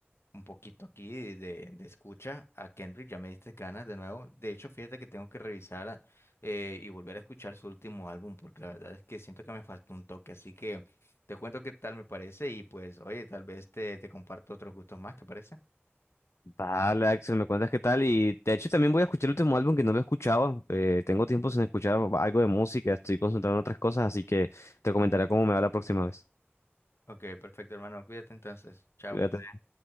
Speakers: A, on the left; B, on the left.
A: un poquito aquí de, de escucha a Kendrick, ya me diste ganas de nuevo. De hecho, fíjate que tengo que revisar eh, y volver a escuchar su último álbum, porque la verdad es que siento que me faltó un toque, así que te cuento qué tal me parece y pues, oye, tal vez te, te comparto otros gustos más, ¿te parece?
B: Vale, Axel, me cuentas qué tal. Y de hecho también voy a escuchar el último álbum que no lo escuchaba. Eh, tengo tiempo sin escuchar algo de música, estoy concentrado en otras cosas, así que te comentaré cómo me va la próxima vez.
A: Ok, perfecto, hermano, cuídate entonces, chao.
B: Cuídate.